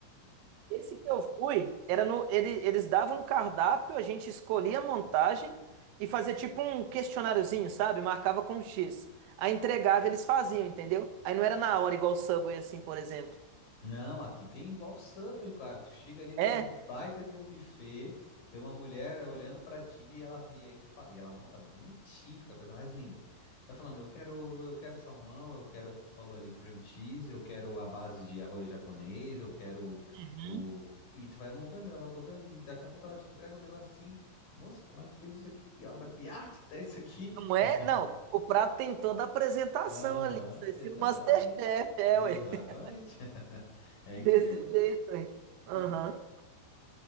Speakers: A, on the right; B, on the left.
A: Esse que eu fui, era no, ele- eles davam um cardápio, a gente escolhia a montagem e fazia tipo um questionáriozinho, sabe? Marcava com X. Aí entregava, eles faziam, entendeu? Aí não era na hora, igual o Subway, assim, por exemplo.
B: Não, aqui tem igual Subway, cara. Tu chega ali, tem
A: É?
B: um baita de um buffet, tem uma mulher olhando pra ti e ela e aí tu fala, e ela monta bonitinho, fica a coisa mais linda. Tá falando, eu quero, eu quero salmão, eu quero o que tu falou ali, cream cheese, eu quero a base de arroz japonês, eu quero
A: Hum.
B: o e tu vai montando, ela vai botando e daqui a pouco ela te entrega um negócio assim, moça, como é que tu fez isso aqui? Que obra de arte que tá isso aqui? <laughs>
A: Não é? Não. O prato tem toda a apresentação
B: Aham,
A: ali. Isso é
B: exatamente.
A: filme Masterchef, é,
B: Exatamente.
A: ué. <laughs>
B: <laughs> É
A: Desse
B: incrível.
A: jeito, ué. Aham.
B: Hum.